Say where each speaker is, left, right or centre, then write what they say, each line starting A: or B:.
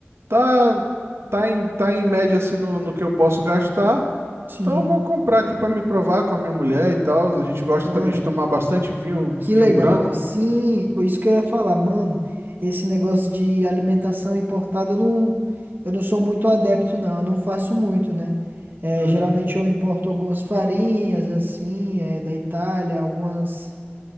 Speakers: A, on the right; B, on the right.
A: tá, tá, em, tá em média assim no, no que eu posso gastar.
B: sim.
A: Então eu vou comprar aqui pra me provar com a minha mulher e tal. A gente gosta
B: Cara,
A: também de tomar bastante vinho,
B: Que
A: vinho
B: legal.
A: branco.
B: Sim, isso que eu ia falar, mano. Esse negócio de alimentação importada, eu não, eu não sou muito adepto, não. Eu não faço muito, né? É,
A: Uhum,
B: geralmente eu importo algumas farinhas, assim, é, da Itália, algumas,